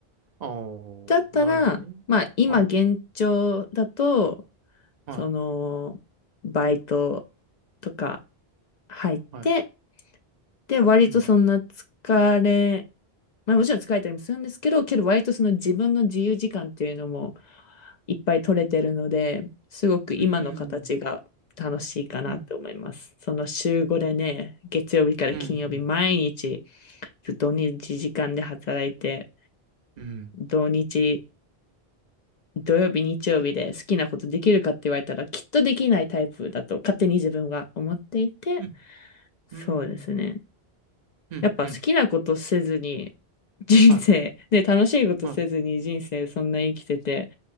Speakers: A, on the right; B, on the left.
A: あーなるほどねはい
B: だったら、まあ、今現状だと、
A: は
B: その、バイトとか入って、
A: いはい
B: で、割とそんな疲れ、
A: うん
B: まあもちろん疲れたりもするんですけど、けど割とその自分の自由時間っていうのもいっぱい取れてるので、すごく今の形が楽しいかなと思います。
A: うんうん
B: その週5でね、月曜日から金曜日毎日
A: うん
B: ずっと同じ時間で働いて、
A: うんうんうん
B: 土日土曜日、日曜日で好きなことできるかって言われたら、きっとできないタイプだと勝手に自分が思っていて、
A: うん
B: そうですね。
A: うんうんうんうんうんうんうんうんうん、
B: やっぱ好きなことせずに、
A: うん、
B: 人生、
A: はい、
B: ね、楽しいことせずに人生そんな生きてて、
A: はい、